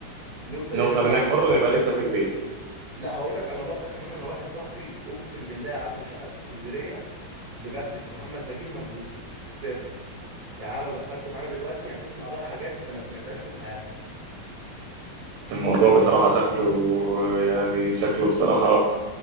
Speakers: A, on the right; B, on the right.
A: نوصل
B: نوصل
A: هناك على
B: هناك
A: ثلاثة
B: برضه نبقى لسه في الليل
A: لا هقول لك على لقطه كمان انا واحد صاحبي اقسم بالله عنده شقه في اسكندريه بجد في محمد نجيب ملبوسه سر يعني أنا لو دخلته معانا دلوقتي هتسمع بقى حاجات انت ما سمعتهاش طول حياتك
B: الموضوع بصراحة شكله يعني شكله بصراحة